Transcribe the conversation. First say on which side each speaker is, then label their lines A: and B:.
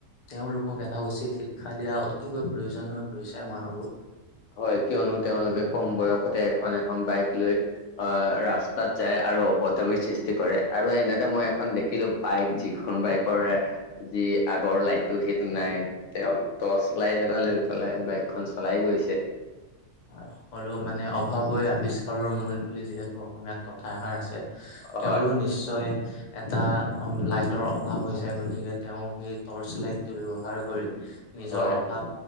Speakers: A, on the left; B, on the left.
A: তেওঁলোকক এটা উচিত শিক্ষা দিয়া অতিকৈ প্ৰয়োজন হৈ পৰিছে মই ভাবো।
B: হয় কিয়নো তেওঁলোকে কম বয়সতে এখন এখন বাইক লৈ অ ৰাস্তাত যায় আৰু অভদ্ৰামিৰ সৃষ্টি কৰে আৰু এনেতে মই এখন দে দেখিলো বাইক যিখন বাইকৰ যি আগৰ লাইটটো সেইটো নাই তেওঁ টৰ্চ লাইট এটা লৈ পেলাই বাইকখন চলাই গৈছে
A: হয় সকলো মানে অভাৱেই আৱিষ্কাৰৰ মূল বুলি যিহেতু অসমীয়াত কথা এষাৰ আছে
B: হয়
A: তেওঁৰো নিশ্চয় এটা লাইটৰ অভাৱ হৈছে গতিকে তেওঁ সেই টৰ্চ লাইটটো ব্যৱহাৰ কৰি নিজৰ
B: হয়
A: অভাৱ